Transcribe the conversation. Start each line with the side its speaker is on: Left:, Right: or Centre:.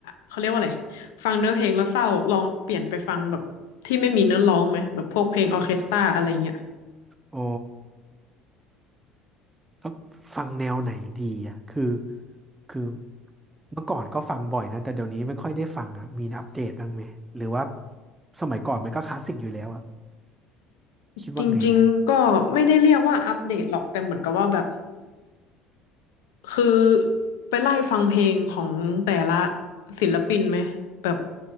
Left: เขาเรียกว่าอะไรฟังเนื้อเพลงแล้วเศร้าลองเปลี่ยนไปฟังแบบที่ไม่มีเนื้อร้องไหมแบบพวกเพลงออร์เคสตราอะไรเงี้ย
Right: โอ้ แล้วฟังแนวไหนดีอ่ะคือคือเมื่อก่อนก็ฟังบ่อยนะแต่เดี๋ยวนี้ไม่ค่อยได้ฟังอ่ะมีอัปเดตบ้างไหมหรือว่าสมัยก่อนมันก็คลาสสิกอยู่แล้วอ่ะคิดว่าไงอ่ะ
Left: จริงๆ ก็ไม่ได้เรียกว่าอัปเดตหรอกแต่เหมือนกับว่าแบบคือไปไล่ฟังเพลงของแต่ละศิลปินไหมแบบ